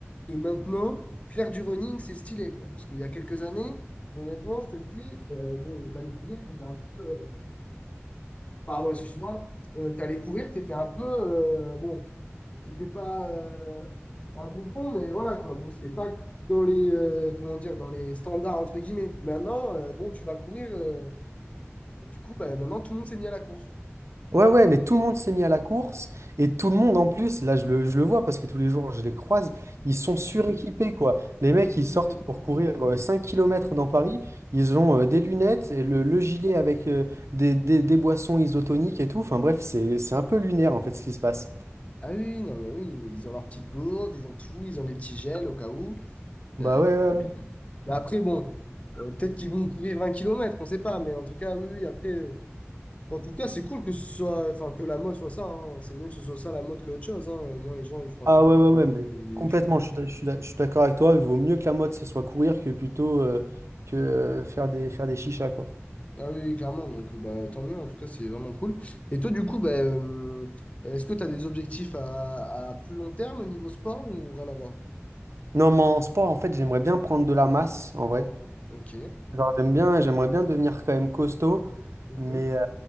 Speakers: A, on the left; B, on the right.
A: que maintenant, faire du running, c'est stylé, quoi. Parce qu'il y a quelques années, honnêtement, je te le dis, euh, bon, t'allais courir, t'étais un peu. euh, pardon, excuse-moi. Euh, t'allais courir, t'étais un peu. euh, bon, t'étais pas euh, un bouffon, mais voilà, quoi. Bon, c'était pas dans les, euh, comment dire, dans les standards, entre guillemets. Maintenant, euh, bon, tu vas courir. euh, mais du coup, bah, maintenant, tout le monde s'est mis à la course.
B: Ouais, ouais, mais tout le monde s'est mis à la course et tout le monde en plus, là je le, je le vois parce que tous les jours je les croise, ils sont suréquipés quoi. Les mecs ils
A: Mhm.
B: sortent pour courir euh, 5 km dans Paris, ils ont euh, des lunettes, et le, le gilet avec euh, des, des- des boissons isotoniques et tout. Enfin bref, c'est, c'est un peu lunaire en fait ce qui se passe.
A: Ah oui, oui, non, mais oui, ils ont leur petite gourde, ils ont tout, ils ont les petits gels au cas où.
B: Bah
A: Euh,
B: ouais, ouais,
A: Mhm.
B: ouais.
A: mais après, bon, euh, peut-être qu'ils vont courir vingt kilomètres on ne sait pas, mais en tout cas, oui, oui, après, euh, en tout cas, c'est cool que ce soit, enfin, que la mode soit ça, hein. C'est mieux que ce soit ça la mode que autre chose, hein. Au moins, les gens, ils font attention.
B: Ah ouais, ouais, ouais, mais
A: Ils
B: complètement,
A: font
B: je suis, d'a- je suis d'a- je suis d'accord avec toi, il vaut mieux que la mode ce soit courir que plutôt euh, que euh, faire des, faire des chichas quoi.
A: Ah oui, clairement, donc euh, bah, tant mieux, en tout cas, c'est vraiment cool. Et toi, du coup, bah, euh, est-ce que tu as des objectifs à, à plus long terme au niveau sport ou rien à voir?
B: Non, mais en sport en fait j'aimerais bien prendre de la masse en vrai.
A: Ok.
B: Genre, j'aime bien, j'aimerais bien devenir quand même costaud,
A: Mhm.
B: mais euh,